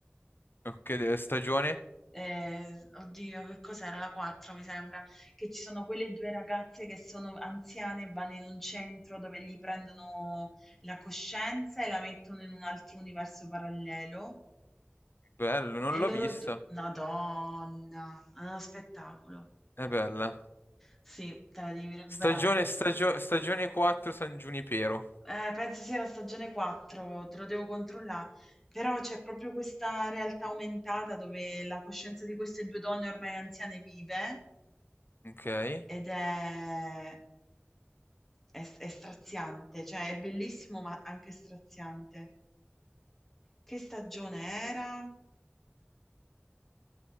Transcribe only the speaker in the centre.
ehm, oddio che cos'era? La 4 mi sembra, che ci sono quelle 2 ragazze che sono anziane e vanno in un centro dove gli prendono la coscienza e la mettono in un altro universo parallelo
e
loro
du Madonna, è uno spettacolo.
Sì, te la devi recuperà.
Eh, penso sia la stagione 4, te lo devo controllà. Però c'è proprio questa realtà aumentata dove la coscienza di queste 2 donne ormai anziane vive
ed è È s è straziante, cioè è bellissimo, ma anche straziante. Che stagione era?